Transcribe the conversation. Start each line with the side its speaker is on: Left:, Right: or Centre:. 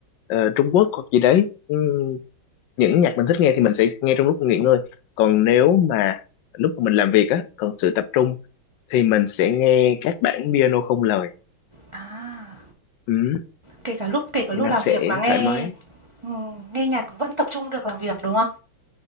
Left: ờ, Trung Quốc hoặc gì đấy Ừm, những nhạc mình thích nghe thì mình sẽ nghe trong lúc nghỉ ngơi còn nếu mà lúc mà mình làm việc á cần sự tập trung thì mình sẽ nghe các bản piano không lời
Right: À,
Left: Ừm,
Right: kể cả lúc kể cả
Left: thì
Right: lúc
Left: nó
Right: làm
Left: sẽ
Right: việc mà nghe
Left: thoải mái
Right: ừm, nghe nhạc vẫn tập trung được làm việc, đúng không?